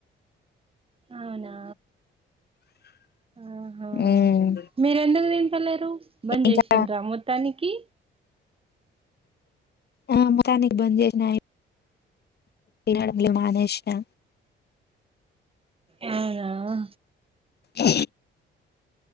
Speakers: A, on the right; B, on the left.
A: అవునా ఆహా
B: హ్మ్.
A: మీర ఎందుకు తింటలేరు బంద్
B: ఇంకా
A: చేసిండ్రా మొత్తానికి
B: ఆ మొత్తానికి బంజేష్నా నేన్ ఎల్లడం ఇగ మానేష్నా
A: అవునా
B: అ